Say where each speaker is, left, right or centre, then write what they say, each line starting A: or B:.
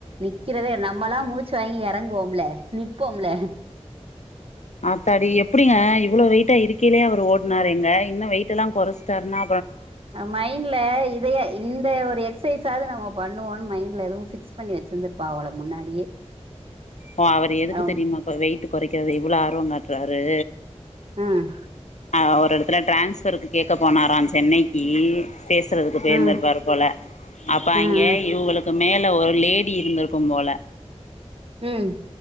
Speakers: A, on the right (about 50°); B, on the left (about 80°).
A: நிக்கிறதே நா நம்மல்லா மூச்சு வாங்கி இறங்குவோம்ல நிப்போம்ல
B: ஆத்தாடி எப்டிங்க இவ்ளோ வெயிட்டா இருக்கிலே அவர் ஓடுனாரு எங்க இன்னும் வெயிட் எல்லா குறைச்சிட்டாருன்னா
A: மைண்ட்ல இதைய இந்த ஒரு எக்சைஸாது நம்ம பண்ணுவோம்னு மைண்ட்ல எதுவும் ஃபிக்ஸ் பண்ணி வச்சிருந்திருப்பா போலா முன்னாடியே
B: ஓ அவரு எதுக்கு
A: அவ்
B: தெரியுமாப்ப வெயிட் குறைக்கது இவ்வளோ ஆர்வம் காட்டுறாரு
A: ம்
B: அ ஒரு இடத்துல ட்ரான்ஸ்பருக்கு கேக்க போனாரான் சென்னைக்கு பேசுறதுக்கு போயர்ந்திருப்பாரு
A: ம்
B: போல அப்ப
A: ம்
B: அங்கே இவுகளுக்கு மேல ஒரு லேடி இருந்திருக்கும் போல
A: ம்